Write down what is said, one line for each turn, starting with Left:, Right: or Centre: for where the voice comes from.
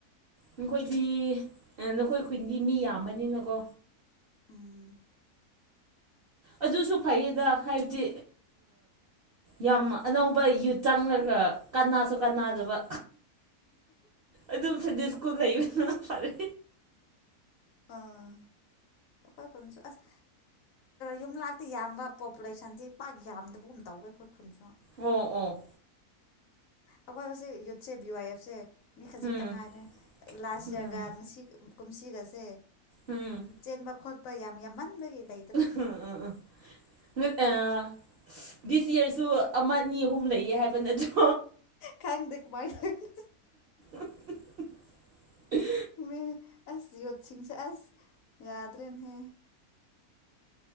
Right: ꯅꯈꯣꯏꯗꯤ ꯅꯈꯣꯏ ꯈꯨꯟꯗꯤ ꯃꯤ ꯌꯥꯝꯕꯅꯤꯅꯀꯣ
Left: ꯎꯝ
Right: ꯑꯗꯨꯁꯨ ꯐꯩꯌꯦꯗ ꯍꯥꯏꯕꯗꯤ ꯌꯥꯝ ꯑꯅꯧꯕ ꯌꯨꯠ ꯆꯪꯉꯒ ꯀꯅꯥꯁꯨ ꯀꯅꯥꯗꯕ ꯑꯗꯨꯝ ꯁꯟꯗꯦ ꯁ꯭ꯀꯨꯜ ꯂꯩꯌꯨꯅ ꯐꯔꯦ
Left: ꯑꯥ <unintelligible> ꯑꯁ ꯌꯨꯝꯂꯥꯛꯇꯤ ꯌꯥꯝꯕ ꯄꯣꯄꯨꯂꯦꯁꯟꯗꯤ ꯄꯥꯛ ꯌꯥꯝꯗꯕꯒꯨꯝ ꯇꯧꯋꯦ ꯑꯩꯈꯣꯏ ꯈꯨꯟꯁꯨ
Right: ꯑꯣ ꯑꯣ
Left: ꯑꯋꯥꯕꯁꯦ ꯌꯨꯠꯁꯦ ꯕꯤ ꯋꯥꯏ ꯑꯦꯐ ꯁꯦ ꯃꯤ ꯈꯖꯤꯛꯇ
Right: ꯎꯝ
Left: ꯉꯥꯏꯔꯦ ꯂꯥꯁ
Right: ꯎꯝ
Left: ꯌꯔꯒ ꯉꯁꯤ ꯀꯨꯝꯁꯤꯒꯁꯦ
Right: ꯎꯝ
Left: ꯆꯦꯟꯕ ꯈꯣꯠꯄ ꯌꯥꯝ ꯌꯥꯝꯃꯟꯕꯒꯤ ꯑꯇꯩ
Right: <unintelligible> ꯑꯥ ꯗꯤꯁ ꯌꯔꯁꯨ ꯑꯃꯅꯤ ꯑꯍꯨꯝ ꯂꯩꯌꯦ ꯍꯥꯏꯕ ꯅꯠꯇ꯭ꯔꯣ
Left: ꯈꯪꯗꯦ ꯀꯃꯥꯏ <unintelligible>
Right: <inaudible>
Left: ꯃꯤ ꯑꯁ ꯌꯣꯠꯁꯤꯡꯁꯦ ꯑꯁ ꯌꯥꯗ꯭ꯔꯦꯟꯍꯦ